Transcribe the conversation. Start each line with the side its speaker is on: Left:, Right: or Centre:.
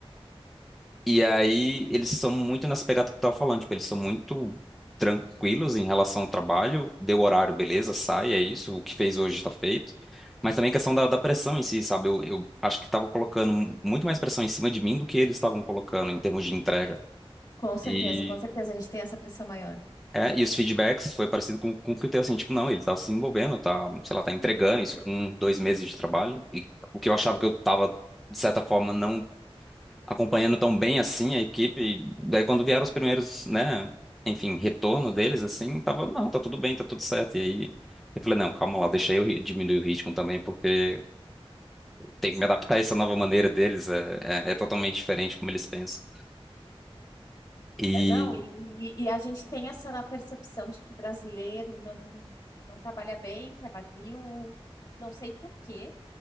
Centre: E aí eles são muito nessa pegada que eu tava falando, tipo, eles são muito tranquilos em relação ao trabalho, deu horário, beleza, sai, é isso, o que fez hoje está feito. Mas também a questão da, da pressão em si, sabe? Eu, eu acho que tava colocando muito mais pressão em cima de mim do que eles estavam colocando em termos de entrega.
Left: Com certeza,
Centre: E,
Left: com certeza a gente tem essa pressão maior.
Centre: é, e os feedbacks foi parecido com, com o que eu tenho, assim, tipo, não, ele tá se envolvendo, tá, sei lá, tá entregando isso com dois meses de trabalho. E o que eu achava que eu tava, de certa forma, não acompanhando tão bem assim a equipe. E Daí quando vieram os primeiros, né, enfim, retorno deles assim, tava, não, tá tudo bem, tá tudo certo. E aí eu falei, não, calma lá, deixa eu ri- diminuir o ritmo também, porque tem que me adaptar a essa nova maneira deles, é, é, é totalmente diferente como eles pensam. E
Left: É, Não, e, e a gente tem essa percepção de que brasileiro não, não trabalha bem, que é vadio. Não sei por quê,